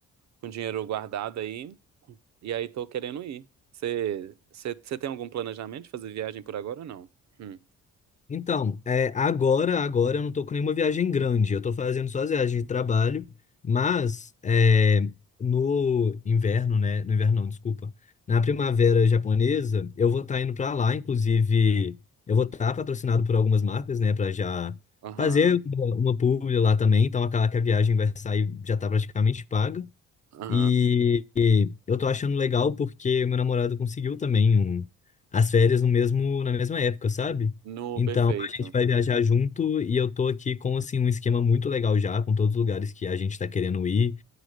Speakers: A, on the right; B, on the left.
A: com dinheiro guardado aí e aí tô querendo ir. Você tem algum planejamento de fazer viagem por agora ou não? Hum.
B: Então, é, agora, agora eu não tô com nenhuma viagem grande, eu tô fazendo só as viagens de trabalho, mas é, no inverno, né? No inverno não, desculpa. Na primavera japonesa, eu vou estar indo pra lá, inclusive, eu vou estar patrocinado por algumas marcas, né, Pra já
A: Aham,
B: fazer uma, uma publi lá também, então aquela que a viagem vai sair já tá praticamente paga.
A: aham.
B: E, e eu tô achando legal porque meu namorado conseguiu também um- as férias no mesmo, na mesma época, sabe?
A: No
B: Então
A: perfeito.
B: a gente vai viajar junto e eu tô aqui com assim um esquema muito legal já, com todos os lugares que a gente tá querendo ir.